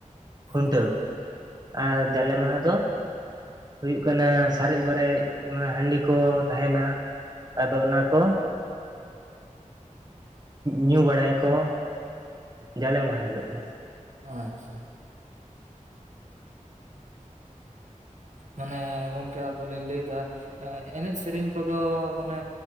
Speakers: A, on the right; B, on the right.
A: ᱠᱷᱩᱱᱴᱟᱹᱣ
B: ᱦᱩᱸ
A: ᱟᱨ
B: ᱦᱩᱸ
A: ᱡᱟᱞᱮ ᱢᱟᱦᱟ ᱫᱚ ᱦᱩᱭᱩᱜ ᱠᱟᱱᱟ ᱥᱟᱨᱮᱡ ᱵᱟᱨᱮᱡ ᱦᱟᱺᱰᱤ ᱠᱚ ᱛᱟᱦᱮᱱᱟ ᱟᱫᱚ ᱚᱱᱟ ᱠᱚ ᱧᱩ ᱵᱟᱲᱟᱭᱟᱠᱚ᱾ ᱡᱟᱞᱮ ᱢᱟᱦᱟ ᱦᱤᱞᱳᱜ ᱫᱚ᱾
B: ᱟᱪᱪᱷᱟ ᱢᱟᱱᱮ ᱜᱚᱝᱠᱮ ᱟᱫᱚᱞᱤᱧ ᱞᱟᱹᱭᱫᱟ ᱮᱱᱮᱡ ᱥᱮᱨᱮᱧ ᱠᱚᱫᱚ ᱢᱟᱱᱮ